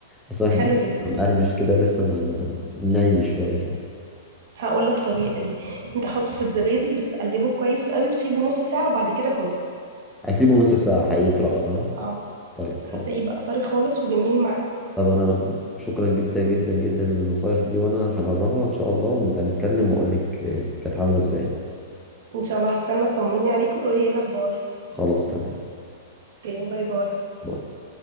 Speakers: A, in the centre; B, on the right.
A: بس ما
B: حلو
A: بحبش
B: جدا
A: يبقى مقرمش كده ولسه ما, ما ني شوية يعني
B: هقول لك طريقة ليه انت حطه في الزبادي بس قلبه كويس قوي وسيبه نص ساعة وبعد كده كله
A: أسيبه نص ساعة هيطرى بقى أهو
B: اه
A: طيب
B: هتلاقيه
A: خلاص
B: بقى طري خالص وجميل معاك
A: طب أنا شكرا جدا جدا جدا للنصايح دي وأنا هجربها إن شاء الله ونبقى نتكلم وأقول لك آه، كانت عاملة إزاي
B: ان شاء الله هستنى تطمني عليك وتقولي ايه الاخبار
A: خلاص تمام
B: اوكي باي باي
A: باي.